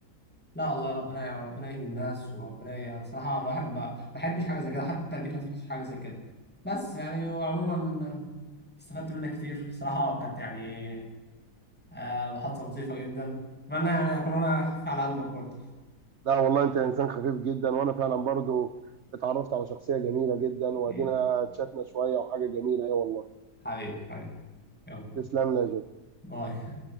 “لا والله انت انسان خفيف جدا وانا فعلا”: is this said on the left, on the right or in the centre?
Right